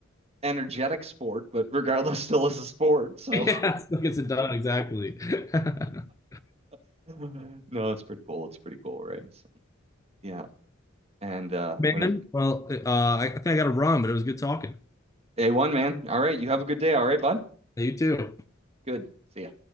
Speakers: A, on the right (about 30°); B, on the left (about 15°).
A: energetic sport, but regardless, <laughs> still is a sport.
B: <laughs>
A: So
B: Yeah, still gets it done exactly. <laughs>
A: <laughs> no, it's pretty cool. It's pretty cool, right? So yeah. And uh,
B: Man,
A: what is it?
B: well, uh, I I think I got to run, but it was good talking.
A: A one, man. All right. You have a good day. All right, bud.
B: You too.
A: Good. See ya.